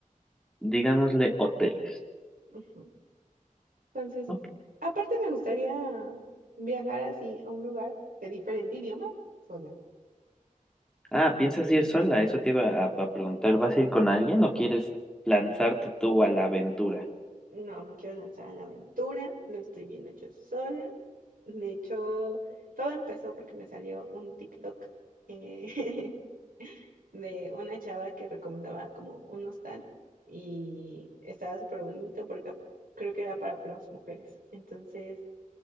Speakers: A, in the centre; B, on the right.
A: Digámosle hoteles.
B: ujú. Entonces,
A: Ok.
B: aparte me gustaría viajar así a un lugar de diferente idioma sola.
A: Ah, ¿piensas ir sola? Eso te iba a, a preguntar. ¿Vas a ir con alguien o quieres lanzarte tú a la aventura?
B: No me quiero lanzar a la aventura, lo estoy viendo yo sola. De hecho, todo empezó porque me salió un TikTok. eh, <laughs> de una chava que recomendaba como un hostal y estaba súper bonito porque creo que era para puras mujeres. Entonces